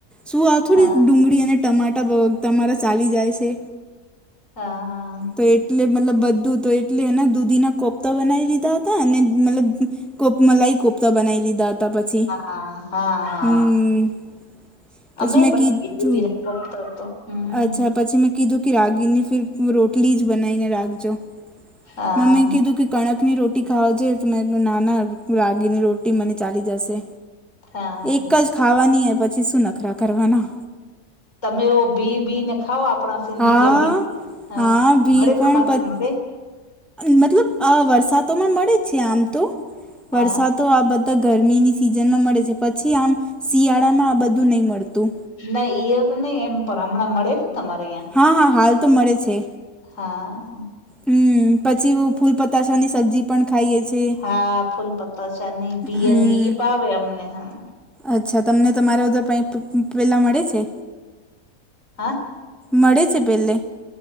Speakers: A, in the centre; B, on the left (about 55°).
A: શું આ થોડી
B: હા
A: ડુંગળી અને ટમાટર તમારા ચાલી જાય છે.
B: હા હા.
A: તો એટલે મતલબ બધું તો એટલે એના દૂધીના કોફતા બનાવી લીધા હતા અને મતલબ કોપ મલાઈ કોફતા બનાવી લીધા હતા પછી
B: હા હા હા
A: હમ્મ.. પછી
B: અમે
A: મે
B: બનાવી
A: કી
B: દૂધી
A: ધૂપ
B: ના કોફતા તો હમ
A: અચ્છા પછી મે... કીધું કે રાગીની ફીર રોટલી જ બનાવીને રાખજો.
B: હા
A: મમ્મી કીધું કે કણક ની રોટી ખાવ જોઈએ તો મે નાના રાગીની રોટી મને ચાલી જશે.
B: હા
A: એક જ ખાવાની એ પછી શું નખરા કરવાના.
B: તમે ભી બીને ખાવ આપણા સિંધી
A: હા
B: જે બી હ
A: હા ભી
B: મળે તમારે
A: પણ પ-
B: માટે...
A: મતલબ આ વરસાદો માં મળે છે આમ તો
B: હા
A: વરસાદ આ બધ તો ગરમીની સિઝનમાં મળે છે પછી આમ શિયાળામાં આ બધું નહીં મળતું.
B: નઈ ઈ તો એમ પણ હમણાં મળે ને તમારે અયા
A: હા, હા હાલ તો મળે છે.
B: હા.
A: હમમ, પછી ફૂલ પતાસા ની શબ્જી પણ ખાઈએ છીએ,
B: હા ફૂલ પતા ચાની બીયની
A: હમ
B: ઈ ભાવે અમને હા
A: અચ્છા તમને તમારા પ પેલા મળે છે.
B: હ
A: મળે છે પહેલે,